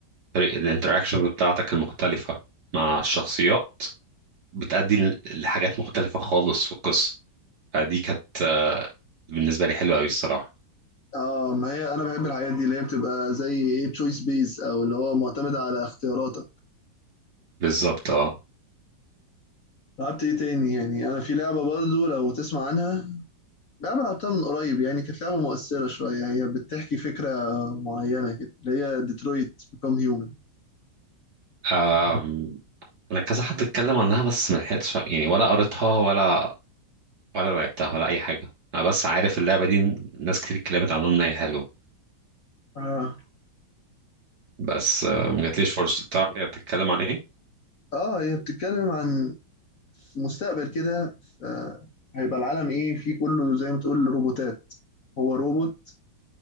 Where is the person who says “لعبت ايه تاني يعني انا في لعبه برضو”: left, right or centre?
Left